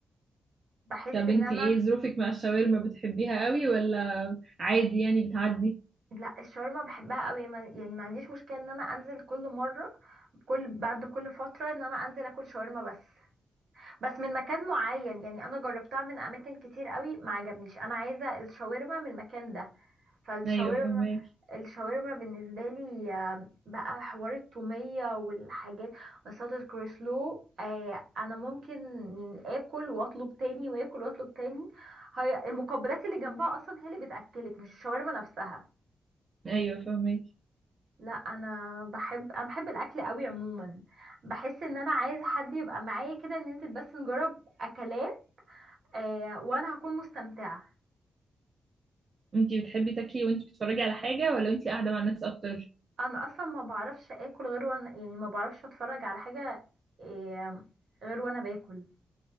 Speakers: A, on the right (about 65°); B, on the right (about 55°).
A: بحس
B: طب
A: ان
B: انتي
A: انا
B: ايه ظروفك مع الشاورما بتحبيها قوي ولا عادي يعني بتعدي
A: لا الشاورما بحبها قوي ما- يعني ما عنديش مشكله ان انا انزل كل مره كل بعد كل فتره ان انا انزل اكل شاورما بس بس من مكان معين يعني انا جربتها من اماكن كتير قوي ما عجبنيش انا عايزه الشاورما من المكان ده فالشاورما
B: ايوه فهماكي
A: الشاورما بالنسبه لي آه، بقى حوار التوميه والحاجات وصلة الكروسلو آه، انا ممكن يعني اكل واطلب تاني واكل واطلب تاني هي المقبلات اللي جنبها اصلا هي اللي بتاكلك مش الشاورما نفسها
B: ايوه فهماكي
A: لا انا بحب انا بحب الاكل قوي عموما بحس ان انا عايزه حد يبقى معايا كده ننزل بس نجرب اكلات آه وانا هكون مستمتعه
B: انتي بتحبي تاكلي وانتي بتتفرجي على حاجة ولا انتي قاعدة مع الناس اكتر
A: انا اصلا ما بعرفش اكل غير وانا يعني ما بعرفش اتفرج على حاجه آه غير وانا باكل